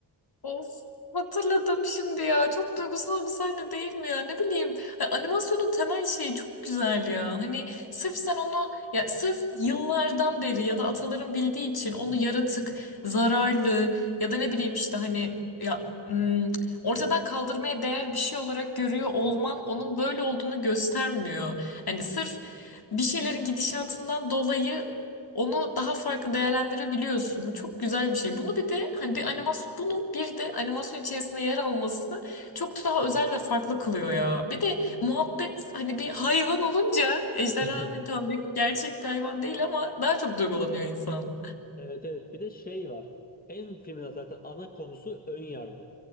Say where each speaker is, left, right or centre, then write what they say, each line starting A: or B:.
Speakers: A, on the left; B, on the left.
A: Of hatırladım şimdi ya. Çok duygusal bir sahne değil mi ya? Ne bileyim. hani animasyonun temel şeyi çok güzel ya. Hani sırf sen onu ya sırf yıllardan beri ya da ataların bildiği için onu yaratık, zararlı ya da ne bileyim işte hani ya ım, ortadan kaldırmaya değer bir şey olarak görüyor olman onun böyle olduğunu göstermiyor. Hani sırf bir şeylerin gidişatından dolayı onu daha farklı değerlendirebiliyorsun. Bu çok güzel bir şey. Bunu bir de hani bir animasyon bunun bir de animasyon içerisinde yer alması çok daha özel ve farklı kılıyor ya. Bir de muhabbet hani bir hayvan olunca ejderha
B: <laughs>
A: hani tamam belki gerçek bir hayvan değil ama daha çok duygulanıyor insan.
B: Evet evet bir de şey var. En filmin zaten ana konusu ön yargı.